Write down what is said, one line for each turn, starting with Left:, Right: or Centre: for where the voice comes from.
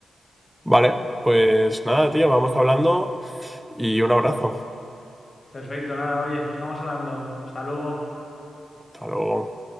Centre: Vale, pues nada, tío, vamos hablando y un abrazo.
Left: Perfecto, nada, oye, vamos hablando. Hasta luego.
Centre: Hasta luego.